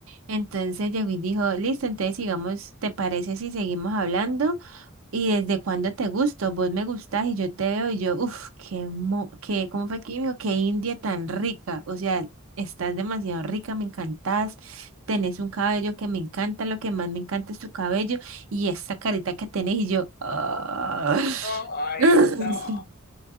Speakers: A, on the right; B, on the left.
A: Entonces llegó y dijo, listo, entonces sigamos, ¿te parece si seguimos hablando? ¿Y desde cuándo te gusto? Vos me gustás y yo te veo y yo, uff, qué, mo qué, ¿cómo fue que me dijo? Qué India tan rica. O sea, estás demasiado rica, me encantás. Tenés un cabello que me encanta, lo que más me encanta es tu cabello y esta carita que tenés y yo, ah.
B: No, ay,
A: <laughs>
B: no.